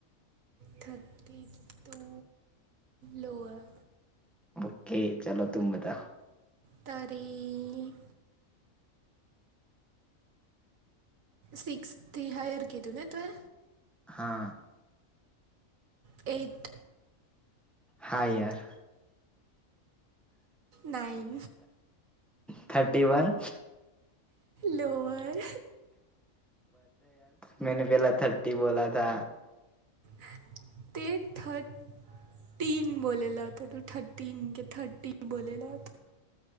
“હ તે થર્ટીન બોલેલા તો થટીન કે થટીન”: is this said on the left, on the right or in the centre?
Right